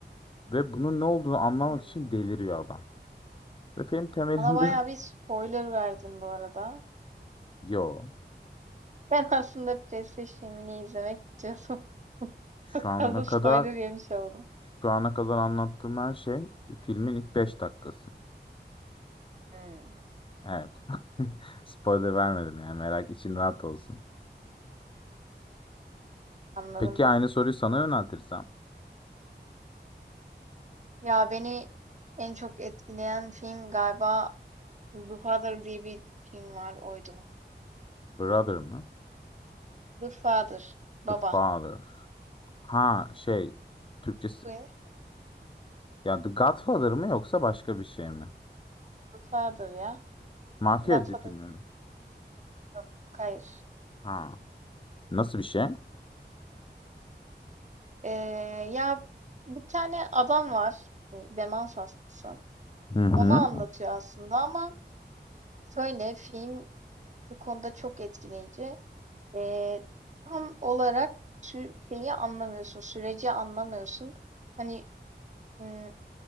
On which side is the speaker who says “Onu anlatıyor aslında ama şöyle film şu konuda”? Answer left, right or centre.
Right